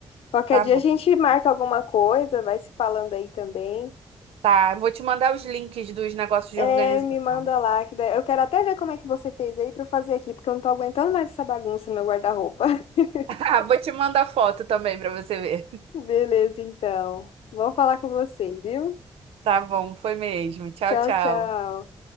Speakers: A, on the left (about 85°); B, on the right (about 80°).
A: Qualquer
B: tá
A: dia
B: bom.
A: a gente marca alguma coisa, vai se falando aí também.
B: Tá, vou te mandar os links dos negócios
A: É,
B: de organização.
A: me manda lá, que daí- eu quero até ver como é que você fez aí pra eu fazer aqui, porque eu não tô aguentando mais essa bagunça no meu guarda-roupa. <laughs>
B: <laughs> Vou te mandar foto também pra você ver.
A: Beleza, então. Vamos falar com você, viu?
B: Tá bom, foi mesmo. Tchau,
A: Tchau,
B: tchau.
A: tchau.